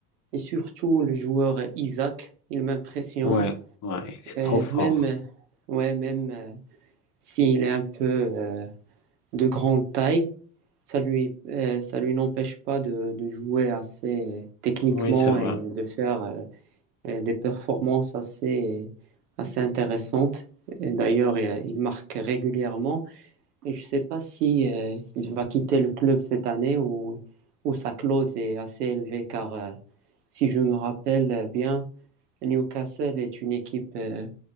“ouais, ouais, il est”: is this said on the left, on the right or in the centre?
Left